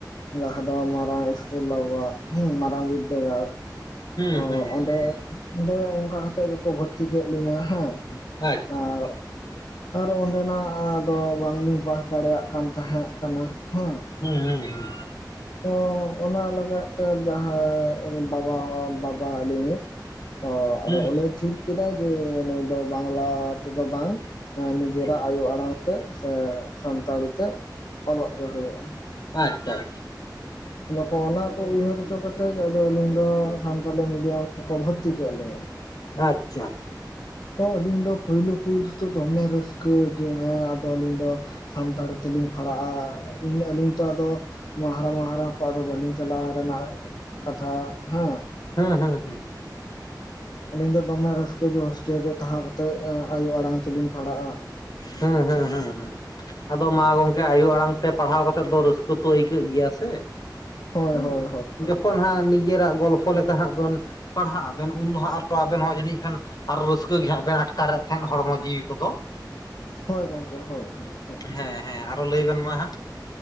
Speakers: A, on the left (about 75°); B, on the left (about 60°).
A: ᱡᱟᱦᱟᱸ ᱫᱚ ᱢᱟᱨᱟᱝ ᱤᱥᱠᱩᱞ ᱟᱵᱚᱣᱟᱜ ᱦᱩᱸ ᱢᱟᱨᱟᱝ ᱵᱤᱫᱽᱫᱟᱹᱜᱟᱲ
B: ᱦᱩᱸ
A: ᱛᱚ
B: ᱦᱩᱸ
A: ᱚᱸᱰᱮ,
B: ᱦᱩᱸ ᱦᱩᱸ
A: ᱚᱸᱰᱮ ᱚᱱᱠᱟ ᱠᱟᱛᱮᱜ ᱜᱮᱠᱚ ᱵᱷᱚᱨᱛᱤ ᱠᱮᱫ ᱞᱤᱧᱟᱹ, ᱦᱮᱸ᱾
B: ᱟᱪᱪᱷᱟ
A: ᱟᱨ ᱟᱨᱚ ᱚᱸᱰᱮᱱᱟᱜ ᱫᱚ ᱵᱟᱝᱞᱤᱧ ᱯᱟᱥ ᱫᱟᱲᱮᱭᱟᱜ ᱠᱟᱱ ᱛᱟᱦᱮᱸᱜ ᱠᱟᱱᱟ, ᱦᱮᱸ᱾
B: ᱦᱩᱸ ᱦᱩᱸ ᱦᱩᱸ᱾
A: ᱛᱚ ᱚᱱᱟ ᱞᱟᱹᱜᱟᱫ ᱛᱮ ᱡᱟᱦᱟᱸᱭ ᱵᱟᱵᱟ ᱦᱚᱸ ᱵᱟᱵᱟ ᱟᱹᱞᱤᱧ ᱤᱡ ᱛᱚ ᱟᱫᱚ
B: ᱦᱩᱸ
A: ᱩᱱᱤ
B: ᱦᱩᱸ
A: ᱴᱷᱤᱠ ᱠᱮᱫᱟᱭ ᱡᱮ ᱱᱩᱭ ᱫᱚ ᱵᱟᱝᱞᱟ ᱛᱮᱫᱚ ᱵᱟᱝ ᱮᱸ ᱱᱤᱡᱮᱨᱟᱜ
B: ᱦᱩᱸ
A: ᱟᱭᱳ ᱟᱲᱟᱝ ᱛᱮ ᱥᱮ ᱥᱟᱱᱛᱟᱲᱤ ᱛᱮ ᱚᱞᱚᱜ ᱪᱚ ᱦᱩᱭᱩᱜᱼᱟ᱾
B: ᱟᱪᱪᱷᱟ ᱟᱪᱪᱷᱟ᱾
A: ᱟᱫᱚ ᱠᱚ ᱚᱱᱟ ᱠᱚ ᱩᱭᱦᱟᱹᱨ ᱦᱚᱪᱚ ᱠᱟᱛᱮᱫ ᱟᱫᱚ ᱟᱹᱞᱤᱧ ᱫᱚ ᱥᱟᱱᱛᱟᱞᱤ ᱢᱤᱰᱤᱭᱟᱢ ᱛᱮᱠᱚ ᱵᱷᱚᱨᱛᱤ ᱠᱮᱫ ᱞᱤᱧᱟ᱾
B: ᱟᱪᱪᱷᱟ᱾
A: ᱛᱚ ᱟᱹᱞᱤᱧ ᱫᱚ ᱯᱩᱭᱞᱩ ᱯᱩᱭᱞᱩ ᱫᱚ ᱫᱚᱢᱮ ᱨᱟᱹᱥᱠᱟᱹ ᱡᱮ ᱦᱮᱸ ᱟᱫᱚ ᱟᱹᱞᱤᱧ ᱫᱚ ᱥᱟᱱᱛᱟᱲᱤ ᱛᱮᱞᱤᱧ ᱯᱷᱟᱲᱟᱜᱼᱟ ᱤᱧ ᱟᱹᱞᱤᱧ ᱛᱚ ᱟᱫᱚ ᱦᱟᱦᱟᱨᱟ ᱢᱟᱦᱟᱨᱟ ᱠᱚ ᱟᱫᱚ ᱵᱟᱹᱞᱤᱧ ᱪᱟᱞᱟᱣ ᱨᱮᱱᱟᱜ ᱠᱟᱛᱷᱟ ᱦᱮᱸ᱾
B: ᱦᱩᱸ ᱦᱩᱸ ᱦᱩᱸ᱾
A: ᱟᱞᱤᱧ ᱫᱚ ᱫᱚᱢᱮ ᱨᱟᱹᱥᱠᱟᱹ ᱡᱚ ᱦᱳᱥᱴᱮᱞ ᱨᱮ ᱛᱟᱦᱮᱸ ᱠᱟᱛᱮᱫ ᱟᱭᱳ ᱟᱲᱟᱝ ᱛᱮᱞᱤᱧ ᱯᱷᱟᱲᱟᱜᱼᱟ᱾
B: ᱦᱩᱸ ᱦᱩᱸ ᱦᱩᱸ ᱦᱩᱸ, ᱟᱫᱚ ᱢᱟ ᱜᱚᱝᱠᱮ ᱟᱭᱳ ᱟᱲᱟᱝ ᱛᱮ ᱯᱟᱲᱦᱟᱣ ᱠᱟᱛᱮᱜ ᱫᱚ ᱨᱟᱹᱥᱠᱟᱹ ᱛᱚ ᱟᱹᱭᱠᱟᱹᱜ ᱜᱮᱭᱟ ᱥᱮ᱾
A: ᱦᱳᱭ
B: ᱦᱩᱸ,
A: ᱦᱳᱭ ᱦᱳᱭ ᱦᱳᱭ
B: ᱡᱚᱠᱷᱚᱱ ᱦᱟᱸᱜ ᱱᱤᱡᱮᱨᱟᱜ ᱜᱚᱞᱯᱷᱚ ᱞᱮᱠᱟ ᱦᱟᱸᱜ ᱵᱚᱱ ᱯᱟᱲᱦᱟᱜᱼᱟ ᱵᱮᱱ ᱩᱱ ᱫᱚ ᱦᱟᱸᱜ ᱟᱨᱚ ᱟᱵᱮᱱ ᱦᱚᱸ ᱡᱟᱹᱱᱤᱡ ᱠᱷᱟᱱ ᱟᱨ ᱨᱟᱹᱥᱠᱟᱹ ᱜᱮ ᱦᱟᱸᱜ ᱵᱮᱱ ᱟᱴᱠᱟᱨᱮᱫ ᱛᱟᱦᱮᱸᱱ ᱦᱚᱲᱢᱚ ᱡᱤᱣᱤ ᱠᱚᱫᱚ᱾
A: ᱦᱳᱭ ᱜᱚᱝᱠᱮ ᱦᱳᱭ ᱦᱳᱭ ᱦᱳᱭ᱾
B: ᱦᱮᱸ ᱦᱮᱸ ᱟᱨᱚ ᱞᱟᱹᱭ ᱵᱮᱱ ᱢᱟ ᱦᱟᱸᱜ᱾